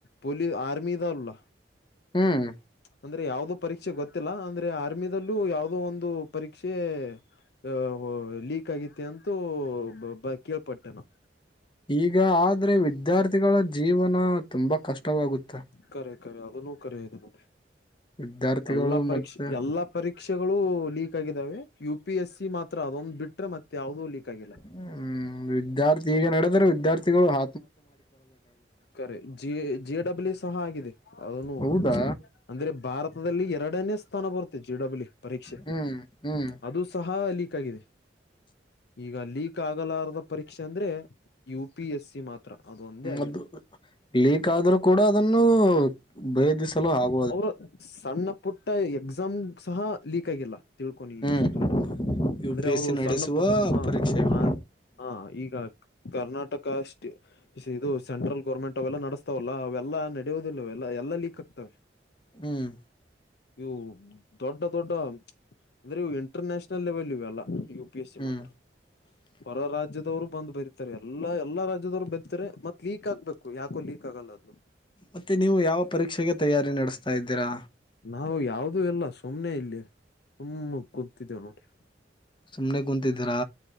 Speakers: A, on the left; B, on the left.
A: ಪೊಲೀ ಆರ್ಮಿ ಇದಾವಲ್ಲ
B: ಹ್ಮ್
A: ಅಂದ್ರೆ ಯಾವದೋ ಪರೀಕ್ಷೆ ಗೊತ್ತಿಲ್ಲ ಅಂದ್ರೆ ಆರ್ಮಿದಲ್ಲೂ ಯಾವದೋ ಒಂದು ಪರೀಕ್ಷೆ ಅ ಲೀಕ್ ಆಗ್ಯಾಯ್ತೆ ಅಂತೂ ಬ ಕೇಳ್ಪಟ್ಟೆ ನ
B: ಈಗ ಆದ್ರೆ ವಿದ್ಯಾರ್ಥಿಗಳ ಜೀವನ ತುಂಬಾ ಕಷ್ಟವಾಗುತ್ತೆ.
A: ಕರೆ ಕರೆ ಅದನು ಕರೆ ಇದನು
B: ವಿದ್ಯಾರ್ಥಿಗಳು
A: ಎಲ್ಲಾ ಪರೀಕ್ಷೆ
B: ಮತ್ತೆ
A: ಎಲ್ಲ ಪರೀಕ್ಷೆಗಳು ಲೀಕ್ ಆಗಿದಾವೆ ಯು. ಪಿ. ಎಸ್. ಸಿ. ಮಾತ್ರ ಅದೊಂದ ಬಿಟ್ರೆ ಮತ್ತೆ ಯಾವ್ದೂ ಲೀಕ್ ಆಗಿಲ್ಲ
B: ಹ್ಮ್ ವಿದ್ಯಾರ್ಥಿ ಈಗ ನಡೆದ್ರೆ ವಿದ್ಯಾರ್ಥಿಗಳು ಹ
A: ಕರೆ ಜಿ, ಜಿ. ಡಬ್ಲ್ಯು. ಸಹ ಆಗಿದೆ ಅದನು
B: ಹೌದಾ
A: ಅಂದ್ರೆ ಭಾರತದಲ್ಲಿ ಎರಡನೇ ಸ್ಥಾನ ಬರುತ್ತೆ ಜಿ. ಡಬ್ಲ್. ಪರೀಕ್ಷೆ
B: ಹ್ಮ್ ಹ್ಮ್
A: ಅದು ಸಹ ಲೀಕ್ ಆಗಿದೆ ಈಗ ಲೀಕ್ ಆಗಲಾರದ ಪರೀಕ್ಷೆ ಅಂದ್ರೆ ಯು. ಪಿ. ಎಸ್. ಸಿ. ಮಾತ್ರ ಅದು ಒಂದೇ ಆಗಿಲ್ಲ
B: ಅದು ಲೀಕ್ ಆದ್ರೂ ಕೂಡ ಅದನ್ನು ಬೇದಿಸಲು ಆಗು
A: ಅವ್ರ ಸಣ್ಣ ಪುಟ್ಟ ಎಕ್ಸಾಮ್ ಸಹ ಲೀಕ್ ಆಗಿಲ್ಲ. ತಿಳ್ಕೊನಿ
B: ಹ್ಮ್
A: ಈ ಚಿತ್ರದಲ್ಲಿ
B: ಯು
A: ಅಂದ್ರೆ
B: ಪಿ
A: ಅವರು
B: ಎಸ್ ಸಿ ನಡೆಸುವ
A: ಸಣ್ಣ ಪುಟ್ಟ ಹ.
B: ಪರೀಕ್ಷೆಗಳು
A: ಆ ಹಾ ಈಗ ಕರ್ನಾಟಕ ಅಷ್ಟೇ. ಇದು ಸೆಂಟ್ರಲ್ ಗೌರ್ಮೆಂಟ್ ಅವೆಲ್ಲ ನಡೆಸ್ತಾವಲ್ಲ ಅವೆಲ್ಲ ನಡೆಯೋದಿಲ್ಲಅವೇಲ್ಲ ಎಲ್ಲಾ ಲೀಕ್ ಆಗ್ತವೆ
B: ಹ್ಮ್
A: ಇವು ದೊಡ್ಡ ದೊಡ್ಡ ಅಂದ್ರೆ ಇವು ಇಂಟರ್ ನ್ಯಾಷನಲ್ ಲೆವೆಲ್ ಇವೆಲ್ಲ ಯು ಪಿ ಎಸ್ ಸಿ
B: ಹ್ಮ್
A: ಮಾತ್ರ.
B: <unintelligible>
A: ಹೊರ ರಾಜ್ಯದವರು ಬಂದು ಬರೀತಾರೆ ಎಲ್ಲಾ ಎಲ್ಲಾ ರಾಜ್ಯದವರೂ ಬರಿರ್ತಾರೆ ಮತ್ ಲೀಕ್ ಆಗ್ಬೇಕು ಯಾಕೋ ಲೀಕ್ ಆಗಲ್ಲ ಅದು.
B: ಮತ್ತೆ ನೀವು ಯಾವ ಪರೀಕ್ಷೆಗೆ ತಯಾರಿ ನಡೆಸ್ತಾ ಇದ್ದೀರಾ.
A: ನಾವು ಯಾವುದೂ ಇಲ್ಲ ಸುಮ್ನೆ ಇಲ್ಲಿ ತುಮ್ಮ ಕೂತಿದ್ದೇವಿ ನೋಡಿ.
B: ಸುಮ್ನೆ ಕುಂತಿದ್ರಾ